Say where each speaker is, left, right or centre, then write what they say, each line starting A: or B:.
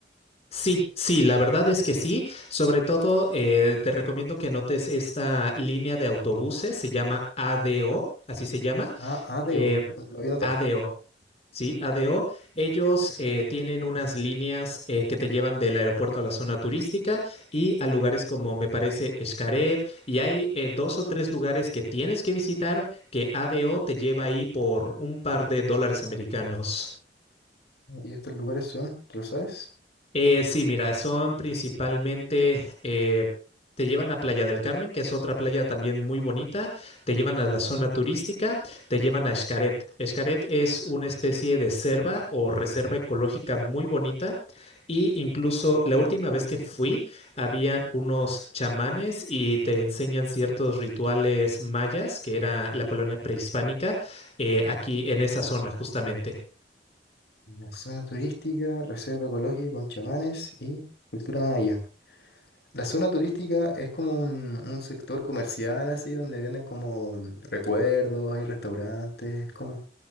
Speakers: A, on the left (about 35°); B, on the left (about 65°).
A: Sí, sí, la verdad es que sí. Sobre todo, eh, te recomiendo que notes esta línea de autobuses, se llama ADO, así se llama.
B: Ah, ah, debo,
A: eh,
B: lo lo voy a anotar.
A: ADO, ¿sí? ADO. Ellos eh, tienen unas líneas eh, que te llevan del aeropuerto a la zona turística y a lugares como, me parece, Xcaret. Y hay eh, dos o tres lugares que tienes que visitar que ADO te lleva ahí por un par de dólares americanos.
B: ¿Y estos lugares son, tú lo sabes?
A: Eh, sí, mira, son principalmente, eh, te llevan a Playa del Carmen, que es otra playa también muy bonita,
B: Playa
A: te llevan a la
B: Cancún,
A: zona turística, te llevan a Xcaret. Xcaret es una especie de selva o reserva ecológica muy bonita y incluso la última vez que fui, habían unos chamanes y te enseñan ciertos rituales mayas, que era la colonia prehispánica, eh, aquí en esa zona justamente.
B: La zona turística, reserva ecológica con chamanes y cultura maya. La zona turística es como un, un sector comercial así, donde venden como recuerdos, hay restaurantes, como...